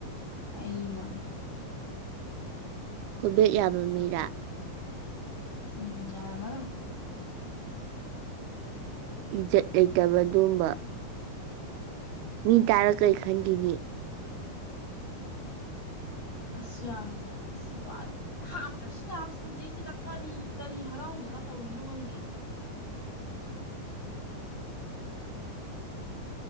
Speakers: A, on the left (about 20°); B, on the right (about 85°).
A: ꯑꯩꯅ
B: ꯈꯣꯏ ꯕꯦꯛ ꯌꯥꯕ ꯃꯤꯔꯥ꯫
A: ꯎꯝ ꯌꯥꯔꯝꯃꯅꯣ꯫
B: ꯏꯖꯠ ꯂꯩꯇꯕ ꯑꯗꯨꯒꯨꯝꯕ ꯃꯤ ꯇꯥꯔ ꯀꯔꯤ ꯈꯟꯒꯤꯅꯤ꯫
A: ꯑꯁ ꯌꯥꯝꯖꯦ꯫ ꯑꯁ ꯍꯥꯞꯇ꯭ꯔꯖꯨ ꯌꯥꯕ ꯁꯕꯖꯦꯛꯁꯤꯗ ꯀꯔꯤ ꯀꯔꯤ ꯍꯔꯥꯎꯗꯅ ꯇꯧꯔꯤꯅꯣ ꯈꯪꯗꯦꯍꯦ꯫